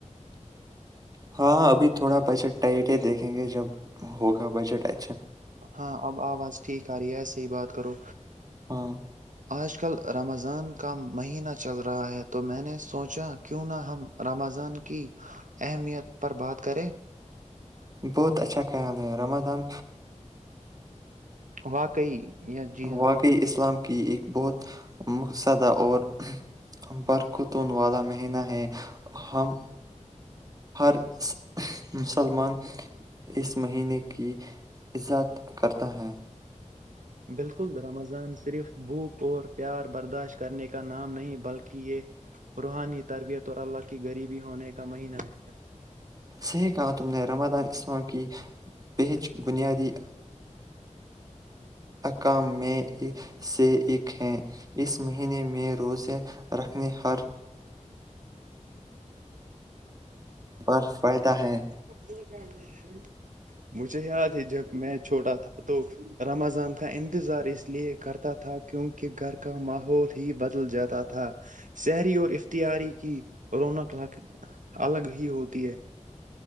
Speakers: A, on the right (about 30°); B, on the right (about 80°).
A: ہاں ابھی تھوڑا بجٹ ٹائٹ ہے دیکھیں گے جب ہوگا بجٹ آ
B: ہاں اب آواز ٹھیک آ رہی ہے صحی بات کرو
A: ہاں
B: آج کل رمضان کا مہینہ چل رہا ہے تو میں نے سوچا کیوں نہ ہم رمضان کی اہمیت پر بات کریں
A: بہت اچھا خیال ہے رمادان
B: واقعی یا جی ہاں
A: واقعی اسلام کے ایک بہت مقصدہ اور برختون والا مہینہ ہے ہم ہر مسلمان اس مہینے کی عزاد کرتا ہیں
B: بالکل رمضان صرف بھوک اور پیار برداشت کرنے کا نام نہیں بلکہ یہ روحانی تربیت اور اللہ کی غریبی ہونے کا مہینہ ہے
A: صحیح کہا تم نے رمادان اسما کی پچ بنیادی اکام میں سے ایک ہیں اس مہینے میں روزے رکھنے ہر بر فائدہ ہے
B: یہ مجھے یاد ہے جب میں چھوٹا تھا تو رمضان کا انتظار اس لیے کرتا تھا کیونکہ کہ گھر کا ماحول ہی بدل جاتا تھا شہری اور افختیاری کی اورنا کلاق الگ ہی ہوتی ہے